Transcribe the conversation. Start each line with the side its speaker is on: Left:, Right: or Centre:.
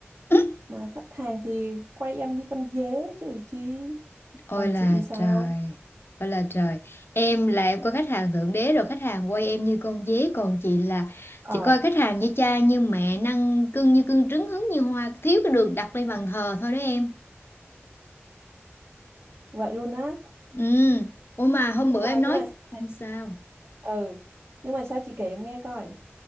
Left: <laughs>
Right: Mà khách hàng thì quay em như con dế chứ chi.
Left: <clears throat> Ôi
Right: Còn
Left: là
Right: chị sao?
Left: trời, ôi là trời. Em là em có khách hàng thượng đế rồi, khách hàng quay em như con dế, còn chị là
Right: Ờ,
Left: chị coi khách hàng như cha như mẹ, năng cưng như cưng trứng hứng như hoa, thiếu cái đường đặt lên bàn thờ thôi đấy em.
Right: vậy luôn á.
Left: Ừ, ôi mà hôm
Right: Nhưng
Left: bữa
Right: mà,
Left: em nói
Right: nhưng mà, sao-
Left: <laughs> ừ, sao?
Right: ừ. Nhưng mà sao chị kể em nghe coi.